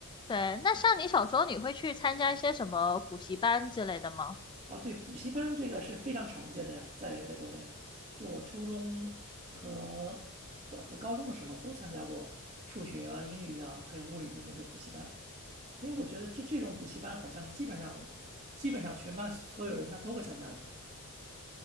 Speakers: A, on the left; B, on the right.
A: 对，那像你小时候，你会去参加一些什么补习班之类的吗？
B: 啊，对，补习班这个是非常常见的呀，在在国内，就我初中和高和高中的时候都参加过数学啊、英语啊，还有物理的那个补习班。因为我觉得这这种补习班好像是基本上基本上全班所有人他都会参加的